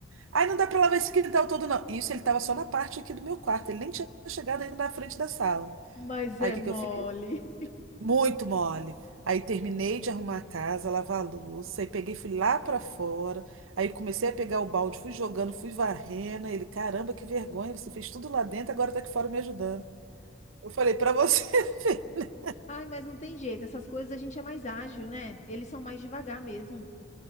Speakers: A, on the right; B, on the left.
A: Ai, não dá pra lavar esse quintal todo, não. Isso ele tava só na parte aqui do meu quarto. Ele nem tinha chegado ainda na frente da sala.
B: Mas
A: Aí
B: é
A: o que
B: mole.
A: que eu fiz?
B: <laughs>
A: Muito mole. Aí terminei de arrumar a casa, lavar a louça, aí peguei, fui lá pra fora, aí comecei a pegar o balde, fui jogando, fui varrendo. aí Ele, caramba, que vergonha, você fez tudo lá dentro, agora tá aqui fora me ajudando. Eu falei, pra você, <laughs> ver,
B: Ai, mas não tem jeito. Essas coisas a gente é mais ágil, né? Eles são mais devagar mesmo.